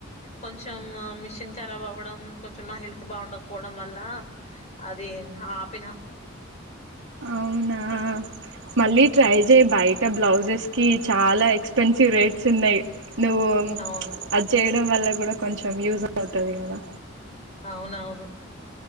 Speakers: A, on the left; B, on the right.
A: కొంచెం మిషన్ ఖరాబ్ అవ్వడం కొంచెం నా హెల్త్ బాగుండకపోవడం వల్ల అది ఆపిన
B: అవునా మళ్ళీ ట్రై చేయి బయట బ్లౌజెస్ కి చాలా ఎక్స్పెన్సివ్ రేట్స్ ఉన్నాయి నువ్వు
A: అవును
B: అది చేయడం వల్ల కూడా కొంచం యూస్ అవుతాది కదా
A: అవునవును